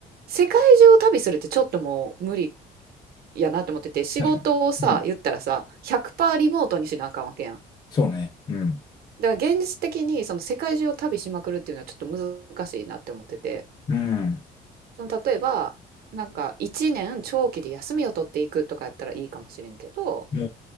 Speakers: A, on the right; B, on the left.
A: 世界中を旅するってちょっともう無理やなと思ってて、仕事をさ、
B: 確かに。
A: 言ったらさ、100%リモートにしなあかんわけやん。
B: そうね。うん。
A: だから現実的にその世界中を旅しまくるっていうのはちょっと難しいなって思ってて、
B: うん。
A: その例えば、なんか1年長期で休みを取っていくとかやったらいいかもしれんけど、
B: も